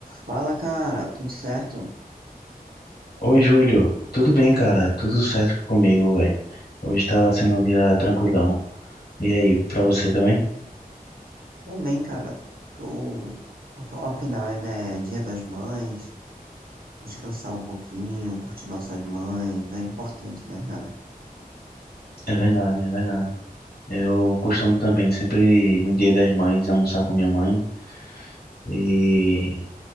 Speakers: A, on the right (about 70°); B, on the left (about 85°).
A: Fala, cara, tudo certo?
B: Oi, Júlio. Tudo bem, cara? Tudo certo comigo, velho. Hoje tá sendo um dia tranquilão. E aí, pra você também?
A: Também, cara. Tô... Afinal, é né, Dia das Mães, descansar um pouquinho, curtir nossas mães, é importante, né, cara?
B: É verdade, é verdade. Eu costumo também, sempre no Dia das Mães, almoçar com minha mãe. E,